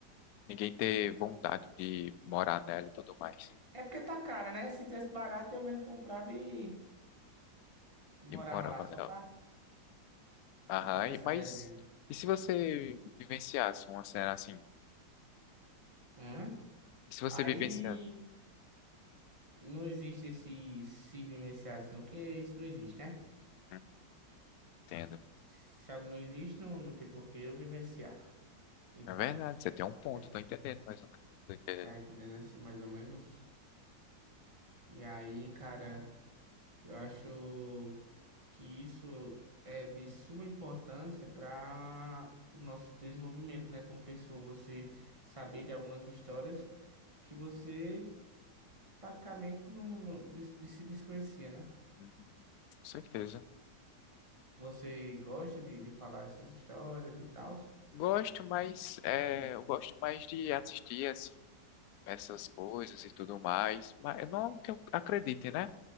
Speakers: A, on the left; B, on the right.
A: ninguém ter vontade de morar nela e tudo mais.
B: É porque tá cara, né? Se tivesse barato, eu mesmo comprava e morava
A: E morava
B: lá só
A: nela.
B: pra,
A: Aham,
B: pra fazer
A: e,
B: essa
A: mas
B: resenha.
A: e se você vivenciasse uma cena assim?
B: Hum?
A: E se você
B: Aí
A: vivenciasse?
B: não existe esse se vivenciação, porque isso não existe, né?
A: Hum, Entendo.
B: Se algo não existe, não, não tem por que eu vivenciar e
A: É
B: tal.
A: verdade, você tem um ponto,
B: Tá,
A: tô entendendo mais ou menos. Tô entendendo.
B: tá entendendo assim, mais ou menos? E aí, cara, eu acho que isso é de suma importância para o nosso desenvolvimento, né? Como pessoa, você saber de algumas histórias que você praticamente não, não de, de se desconhecia, né?
A: Uhum, com certeza.
B: Você gosta de, de falar essas histórias e tal?
A: Gosto, mas é, eu gosto mais de assistir essas coisas e tudo mais. Mas não que eu acredite, né?